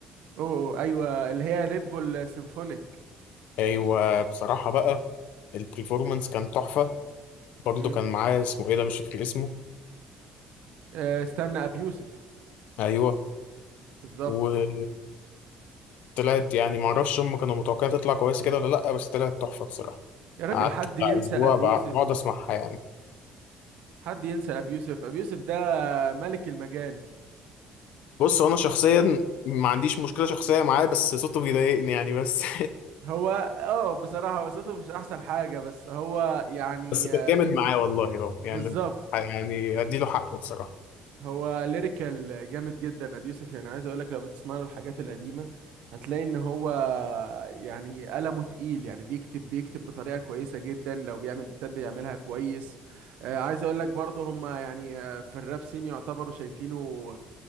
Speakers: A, on the right; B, on the left.
A: أوه أوه، أيوة اللي هي ريد بول سيمفونيك
B: ايوه بصراحه بقى البرفورمانس كان تحفه برضه
A: مم.
B: كان معاه اسمه ايه ده مش فاكر اسمه
A: آه، استنى أبيوسف
B: ايوه
A: بالظبط
B: و طلعت يعني معرفش هم كانوا متوقعين تطلع كويسة كده ولا لأ بس طلعت تحفة بصراحة
A: يا راجل
B: قعدت
A: حد
B: بتاع
A: ينسى
B: أسبوع
A: أبيوسف
B: بع- بقعد أسمعها يعني
A: حد ينسى ابي يوسف ابي يوسف ده ملك المجال
B: بص هو أنا شخصيا ما عنديش مشكلة شخصية معاه بس صوته بيضايقني يعني بس <laughs>
A: هو اه بصراحة قصته مش احسن حاجة بس هو يعني
B: بس كان
A: آه،
B: جامد معاه والله هو
A: بالظبط
B: يعني يعني أديله حقه بصراحة
A: هو ليريكال جامد جدا ابي يوسف يعني عايز اقولك لو بتسمع له الحاجات القديمة هتلاقي ان هو يعني قلمه تقيل يعني بيكتب بيكتب بطريقة كويسة جدا لو بيعمل بيتات بيعملها كويس آه، عايز اقولك برضه هما يعني آه، في الراب سين يعتبروا شايفينه